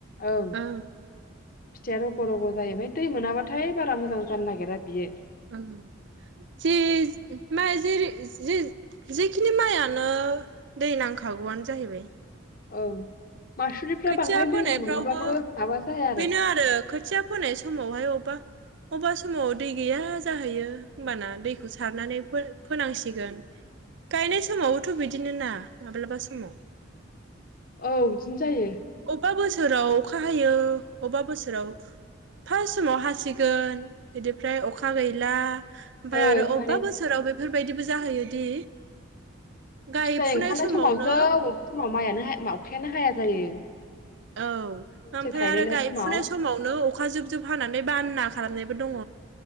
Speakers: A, on the left (about 45°); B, on the right (about 60°).
A: ओं
B: औ
A: फिथाइया रग' रग' जायो आमफाय दै मोनाबाथाय बारा मोजां जानो नागिरा बियो
B: ओम, सिज मा जिरि जि जि खिनि माइआनो दै नांखागौआनो जाहैबाय।
A: ओं। मासुरिफ्रा
B: खोथिया
A: बांद्राय
B: फोनायफ्रावबो
A: दै नङाबाबो माबा जाया
B: बेनो आरो खोथिया फोनायस समावहाय अबा अबास समाव दै गैया जाहैयो होमबाना दै खौ सारनानै फो-फोनांसिगोन गायनाय समावबोथ' बिदिनो ना माब्लाबा समाव
A: औ दिनो जायो।
B: अबा बोसोराव अखा हायो अबा बोसोराव फास्ट समाव हासिगोन इदिफ्राय अखा गैला। ओमफाय
A: ओं
B: आरो
A: माने
B: अबेबा बोसोराव बेफोर बेबायदिबो जाहैयोदि गायफुनाय
A: फिथाइ ओंखारनाय
B: समावनो
A: समावथ' अबावबा समाव माइआ नोहाय मावखायानो हाया जायो।
B: औ
A: फिथाइ
B: ओमफाय
A: थायजेननाय
B: आरो गायफुनाय
A: समाव
B: समावनो अखा जुब जुब हानानै बानना खालामनायबो दङ।